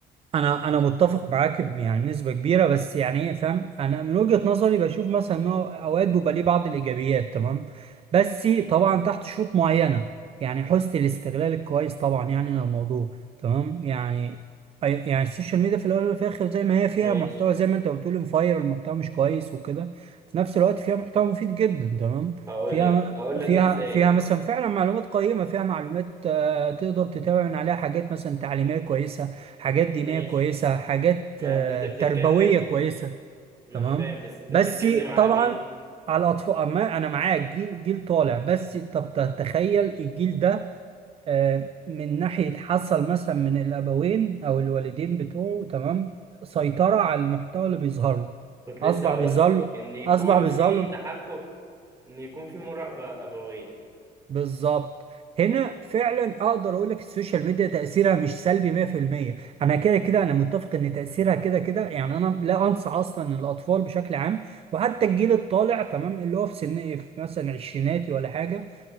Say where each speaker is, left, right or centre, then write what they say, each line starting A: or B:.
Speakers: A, on the right; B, on the right.
A: انا انا متفق معاك ب- يعني بنسبه كبيره بس يعني ايه فاهم انا من وجهه نظري بشوف مثلا ان هو اوقات بيبقى ليه بعض الايجابيات تمام بس طبعا تحت شروط معينه يعني حسن الاستغلال الكويس طبعا يعني للموضوع تمام يعني أي- يعني السوشيال ميديا في الاول وفي الاخر زي ما هي فيها
B: ماشي
A: محتوى زي ما انت بتقول مفاير المحتوى مش كويس وكده في نفس الوقت فيها محتوى مفيد جدا تمام
B: هقول
A: فيها
B: لك هقول
A: فيها
B: لك ازاي
A: فيها مثلا فعلا معلومات قيمه فيها معلومات آه، تقدر تتابع من عليها حاجات مثلا تعليميه كويسه
B: م-
A: حاجات دينية
B: ماشي
A: كويسة حاجات
B: ما
A: آه،
B: انت بتتكلم
A: تربوية كويسة
B: انت... ما
A: تمام
B: انا فاهم بس انت
A: بس
B: بتتكلم على
A: طبعا
B: مين
A: على الأطفال أما أنا معاك جيل جيل طالع بس طب تخيل الجيل ده آه، من ناحية حصل مثلا من الأبوين أو الوالدين بتوعه تمام سيطرة على المحتوى اللي بيظهر له
B: كنت لسه
A: أصبح
B: هقول
A: بيظهر
B: لك
A: له
B: ان يكون
A: أصبح بيظهر
B: في
A: له
B: تحكم ان يكون في مراقبة أبوية
A: بالظبط هنا فعلا اقدر اقول لك السوشيال ميديا تاثيرها مش سلبي 100% انا كده كده انا متفق ان تاثيرها كده كده يعني انا لا انصح اصلا الاطفال بشكل عام وحتى الجيل الطالع تمام اللي هو في سن إيه، في مثلا عشريناتي ولا حاجه